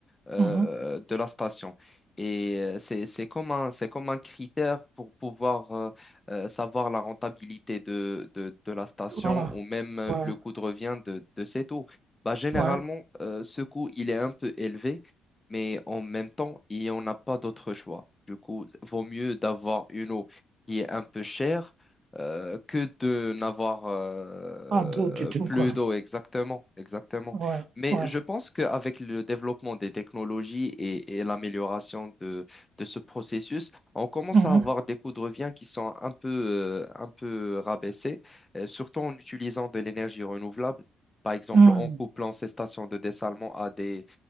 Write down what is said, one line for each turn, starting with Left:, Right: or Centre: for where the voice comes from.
Left: euh,
Right: mhm.
Left: de la station. Et euh, c'est, c'est comme un, c'est comme un critère pour pouvoir euh, euh, savoir la rentabilité de, de, de la station
Right: Voilà.
Left: ou même euh,
Right: Ouais,
Left: le coût de revient de, de cette eau. Bah, généralement,
Right: ouais.
Left: euh, ce coût, il est un peu élevé, mais en même temps, il n'y en a pas d'autre choix. Du coup, vaut mieux d'avoir une eau qui est un peu cher euh, que de n'avoir euh,
Right: Pas d'eau du tout,
Left: plus
Right: quoi.
Left: d'eau. Exactement, exactement.
Right: Ouais,
Left: Mais
Right: ouais.
Left: je pense qu'avec le développement des technologies et, et l'amélioration de, de ce processus, on commence
Right: Mhm,
Left: à avoir des coûts de revient qui sont un peu, euh, un peu rabaissés, euh, surtout en utilisant de l'énergie renouvelable. Par exemple,
Right: mhm.
Left: en couplant ces stations de dessalement à des,